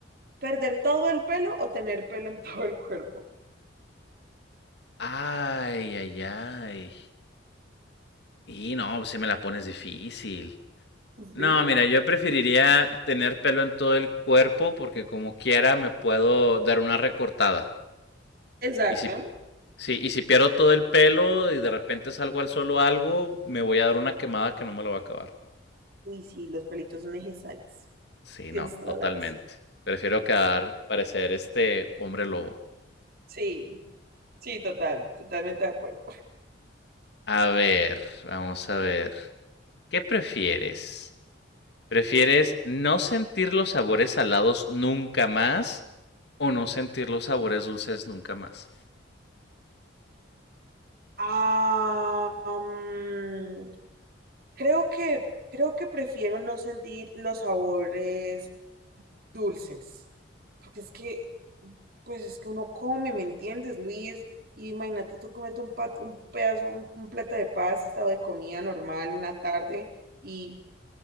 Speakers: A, on the right (about 50°); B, on the left (about 60°).
A: ¿Perder todo el pelo o tener pelo en <laughs> todo el cuerpo?
B: Ay, ay, ay. Y no, pues sí me la pones difícil.
A: Sí,
B: No, mira, yo preferiría tener pelo en todo el cuerpo porque como quiera me puedo dar una recortada.
A: exacto.
B: Y si, sí, y si pierdo todo el pelo y de repente salgo al solo algo, me voy a dar una quemada que no me lo va a acabar.
A: Uy, sí, los pelitos son necesarios.
B: Sí,
A: Tienes
B: no,
A: toda
B: totalmente.
A: la razón.
B: Prefiero quedar, parecer este hombre lobo.
A: Sí, sí, total, totalmente de acuerdo.
B: A ver, vamos a ver. ¿Qué prefieres? ¿Prefieres no sentir los sabores salados nunca más o no sentir los sabores dulces nunca más?
A: Ah, mm, creo que, creo que prefiero no sentir los sabores dulces, porque es que, pues es que uno come, ¿me entiendes, Luis? Y imagínate tú comerte un, pat- un pedazo, un, un plato de pasta o de comida normal una tarde y